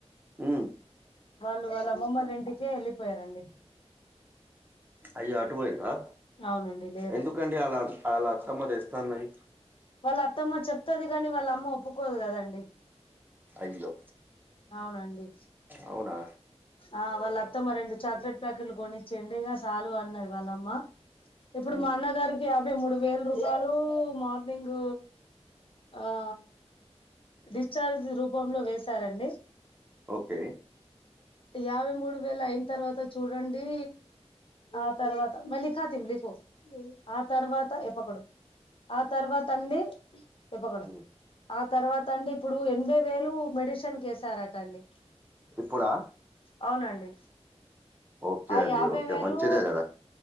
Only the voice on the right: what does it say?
ఉం
అయ్యో అటు పోయిందా
ఎందుకండి అల్ల అత్తమ్మ తెస్తా అన్నది
అయ్యో
అవునా
ఉమ్,
ఓకే
ఉమ్,
ఇప్పుడా
ఓకే
అండి
ఓకే
మంచిదే కదా